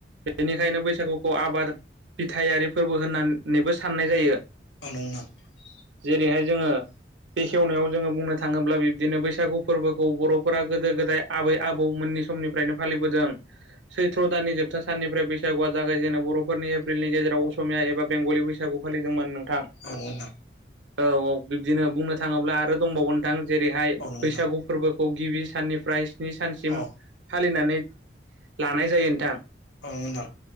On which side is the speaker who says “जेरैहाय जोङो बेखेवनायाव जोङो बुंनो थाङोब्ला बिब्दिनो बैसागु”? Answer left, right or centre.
Right